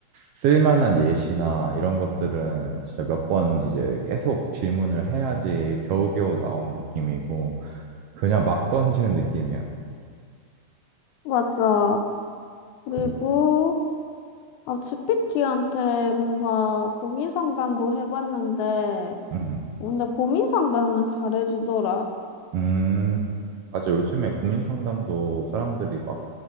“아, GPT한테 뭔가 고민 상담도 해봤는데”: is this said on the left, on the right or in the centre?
Left